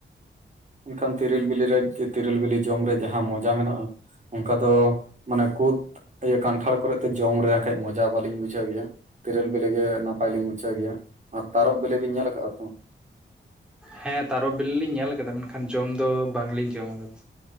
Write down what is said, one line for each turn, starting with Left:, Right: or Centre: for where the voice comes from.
Right: ᱢᱮᱱᱠᱷᱟᱱ ᱛᱤᱨᱤᱞ ᱵᱤᱞᱤᱨᱮ ᱛᱤᱨᱤᱞ ᱵᱤᱞᱤ ᱡᱚᱢ ᱨᱮ ᱡᱟᱦᱟᱸ ᱢᱚᱡᱟ ᱢᱮᱱᱟᱜᱼᱟ ᱚᱱᱠᱟ ᱫᱚ ᱢᱟᱱᱮ ᱠᱩᱫ ᱤᱭᱟᱹ ᱠᱟᱱᱴᱷᱟᱲ ᱠᱚᱨᱮ ᱫᱚ ᱡᱚᱢ ᱨᱮ ᱠᱷᱟᱡ ᱢᱚᱡᱟ ᱵᱟᱹᱞᱤᱧ ᱵᱩᱡᱷᱟᱹᱣ ᱜᱮᱭᱟ ᱛᱤᱨᱤᱞ ᱵᱤᱞᱤ ᱜᱮ ᱱᱟᱯᱟᱭ ᱞᱤᱧ ᱵᱩᱡᱷᱟᱹᱣ ᱜᱮᱭᱟ ᱟᱨ ᱛᱟᱨᱚᱵ ᱵᱮᱤᱞᱤ ᱵᱮᱤᱱ ᱧᱮᱞ ᱟᱠᱟᱫᱼᱟ ᱛᱚ?
Centre: ᱦᱮᱸ ᱛᱟᱨᱚᱵ ᱵᱤᱞᱤ ᱞᱤᱧ ᱧᱮᱞ ᱟᱠᱟᱫᱟ ᱢᱮᱱᱠᱷᱟᱱ ᱡᱚᱢ ᱫᱚ ᱵᱟᱝᱞᱤᱧ ᱡᱚᱢ ᱟᱠᱟᱫᱟ